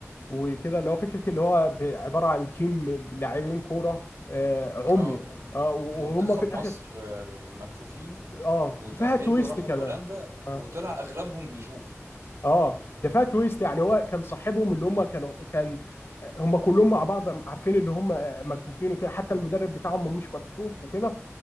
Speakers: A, on the left; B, on the right.
A: وكده اللي هو فكره اللي هو ب- عباره عن تيم لاعبين كوره آه، عمي
B: اه م-
A: اه وهم
B: منتخب
A: في الاخر
B: مصر آه، المكفوفين
A: اه
B: وتأهلوا
A: فيها تويست
B: راحوا
A: كمان
B: بولندا
A: اه
B: وطلع اغلبهم بيشوف
A: اه ده فيها تويست يعني هو كان صاحبهم اللي هم كانوا كان آه، هم كلهم مع بعض عارفين اللي هم آه، مكفوفين وكده حتى المدرب بتاعهم مش مكفوف وكده